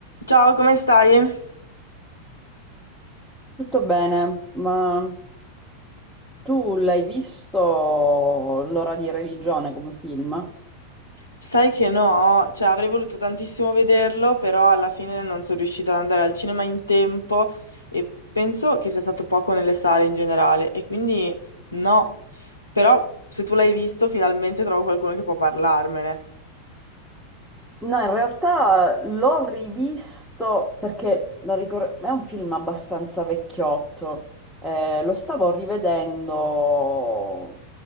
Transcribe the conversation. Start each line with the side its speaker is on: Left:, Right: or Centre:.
Left: Ciao, come stai?
Centre: Tutto bene, ma tu l'hai visto L'ora di religione come film?
Left: Sai che no, cioè avrei voluto tantissimo vederlo, però alla fine non sono riuscita ad andare al cinema in tempo e penso che sia stato poco nelle sale in generale e quindi no. Però se tu l'hai visto, finalmente trovo qualcuno che può parlarmene.
Centre: No, in realtà l'ho rivisto perché lo ricor- è un film abbastanza vecchiotto. Eh, lo stavo rivedendo